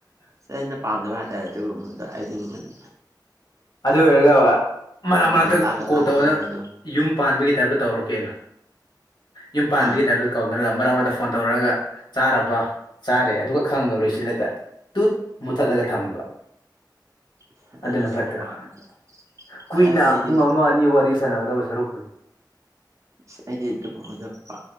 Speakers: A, on the right; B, on the left.
A: ꯑꯩꯅ ꯄꯥꯝꯗꯕ ꯍꯥꯏꯇꯥꯔꯦ ꯑꯗꯨꯒꯨꯝꯕꯗ ꯑꯩꯗꯤ ꯉꯟ
B: ꯑꯗꯨ ꯑꯣꯏꯔꯒ ꯑ ꯃꯔꯛ ꯃꯔꯛꯇ
A: ꯉꯟꯇꯥ ꯉꯟꯇꯥ
B: ꯀꯣꯜ ꯇꯧꯋꯅ
A: ꯇꯨꯝꯕꯗꯣ
B: ꯌꯨꯝ ꯄꯥꯟꯕꯒꯤ ꯇꯥꯏꯞꯇ ꯇꯧꯔꯛꯀꯦꯅꯣ ꯌꯨꯝ ꯄꯥꯟꯕꯒꯤ
A: ꯍꯥ
B: ꯇꯥꯏꯞꯇ ꯀꯥꯎꯅꯔ ꯃꯔꯛ ꯃꯔꯛꯇ ꯐꯣꯟ ꯇꯧꯔꯒ ꯆꯥꯔꯕ ꯆꯥꯔꯦ ꯑꯗꯨꯒꯛ ꯈꯪꯉꯒ ꯂꯣꯏꯁꯤꯜꯂꯒ ꯇꯨꯠ ꯃꯨꯊꯠꯂꯒ ꯊꯝꯕ
A: ꯁ
B: ꯑꯗꯨꯅ
A: ꯑꯗꯨꯁꯨ
B: ꯐꯠꯇ꯭ꯔꯣ
A: ꯄꯥꯝꯗ
B: ꯀꯨꯏꯅ
A: ꯑꯦ ꯑꯩꯗꯤ
B: ꯄꯨꯡ ꯑꯃ ꯑꯅꯤ ꯋꯥꯔꯤ ꯁꯥꯟꯅꯔ ꯗꯕ ꯁꯔꯨꯛꯄꯨꯗꯤ
A: ꯏꯁ ꯑꯩꯗꯤ ꯑꯗꯨꯒꯨꯝꯕꯗ ꯄꯥ